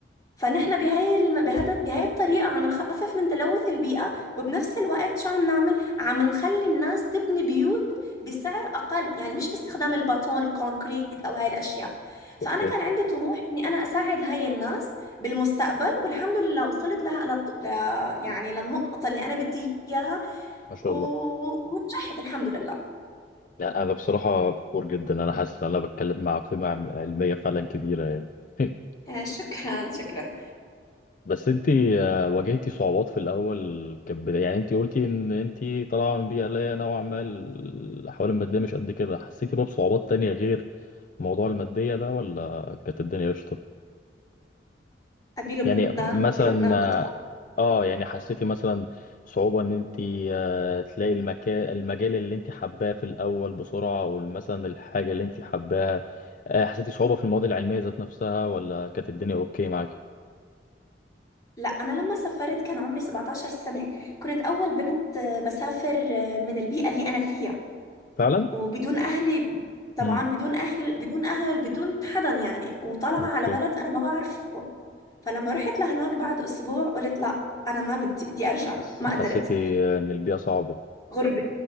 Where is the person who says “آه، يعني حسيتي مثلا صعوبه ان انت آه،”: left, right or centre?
Left